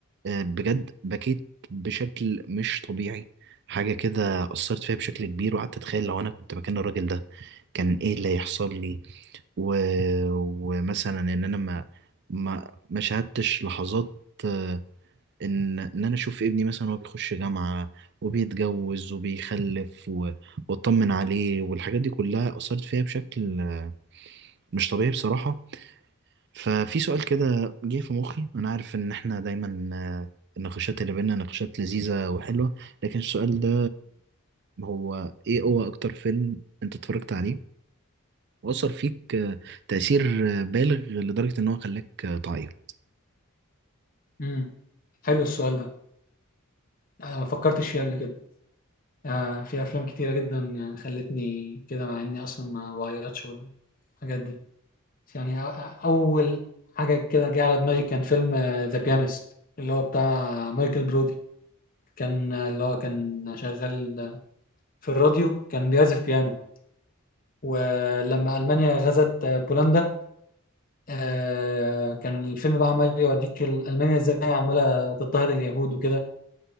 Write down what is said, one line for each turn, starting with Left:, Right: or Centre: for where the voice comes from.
Right: آه، بجد بكيت بشكل مش طبيعي حاجة كده أثرت فيها بشكل كبير وقعدت أتخيل لو أنا كنت مكان الراجل ده كان إيه اللي هيحصل لي و... ومثلا ان انا ما ما ما شاهدتش لحظات آه، ان ان انا اشوف ابني مثلا وهو بيخش جامعة وبيتجوز وبيخلف و... واطمن عليه والحاجات دي كلها اثرت فيها بشكل آه، مش طبيعي بصراحة ففي سؤال كده جه في مخي انا عارف ان احنا دايما آه، النقاشات اللي بينا نقاشات لذيذة وحلوة لكن السؤال ده هو ايه هو اكتر فيلم انت اتفرجت عليه وأثر فيك آه، تأثير آه، بالغ لدرجة إن هو خلاك آه، تعيط
Left: مم. حلو السؤال ده انا ما فكرتش فيه قبل كده آه في افلام كتيره جدا خلتني كده مع اني اصلا ما بغيرتش والحاجات دي يعني أ- أ- اول حاجه كده جه على دماغي كان فيلم ذا بيانست اللي هو بتاع مايكل برودي كان آه، اللي هو كان شغال في الراديو كان بيعزف بيانو ولما المانيا غزت آه، بولندا آه كان الفيلم بقى عمال يوريك المانيا ازاي عماله تضطهد اليهود وكده